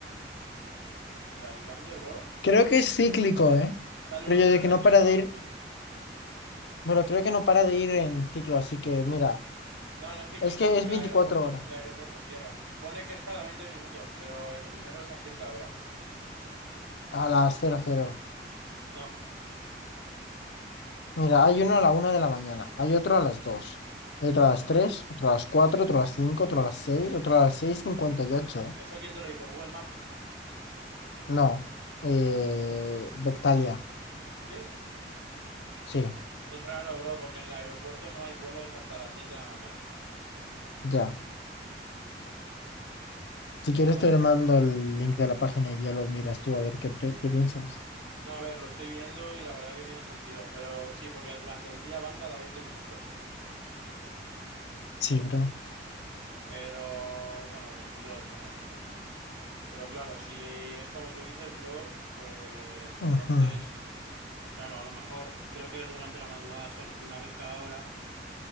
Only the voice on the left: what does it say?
Creo que es cíclico, ¿eh?
Pero
yo
de que
no para
de ir, pero creo que no para de ir en ciclo, así que mira,
es que
es 24
horas.
A las cero cero
Mira, hay uno a la una de la mañana, hay otro a las dos hay otro a las tres otro a las cuatro otro a las cinco otro a las seis otro a las seis cincuenta y ocho
No, eh, Bectalia,
sí,
ya. Si quieres
te mando el link de la página y ya lo miras tú a ver qué, pre- qué piensas.
Sí, bro.
Ujú,